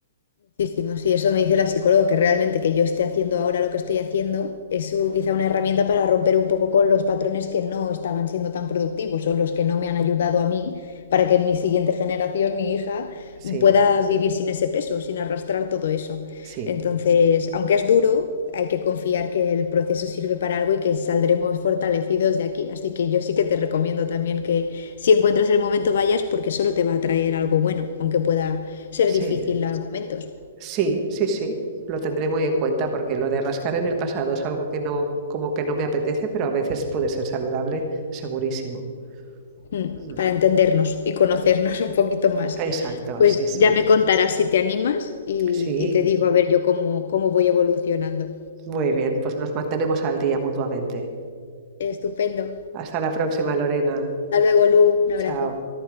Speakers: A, on the left; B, on the right.
A: Muchísimo, sí, eso me dice la psicóloga, que realmente que yo esté haciendo ahora lo que estoy haciendo es un- quizá una herramienta para romper un poco con los patrones que no estaban siendo tan productivos o los que no me han ayudado a mí para que mi siguiente generación, mi hija,
B: Sí,
A: pueda vivir sin ese peso, sin arrastrar todo eso.
B: sí,
A: Entonces, aunque es duro, hay que confiar que el proceso sirve para algo y que saldremos fortalecidos de aquí. Así que yo sí que te recomiendo también que si encuentras el momento vayas porque solo te va a traer algo bueno, aunque pueda ser
B: sí,
A: difícil a momentos.
B: sí, sí, sí. Lo tendré muy en cuenta porque lo de rascar en el pasado es algo que no, como que no me apetece, pero a veces puede ser saludable, segurísimo.
A: Mm,
B: Ujú.
A: para entendernos y conocernos <laughs> un poquito más.
B: Exacto,
A: Pues
B: sí, sí.
A: ya me contarás si te animas y,
B: Sí,
A: y te digo a ver yo cómo, cómo voy evolucionando.
B: muy bien, pues nos mantenemos al día mutuamente.
A: Estupendo.
B: Hasta la próxima, Lorena.
A: Hasta luego, Lu. Un abrazo.
B: Chao.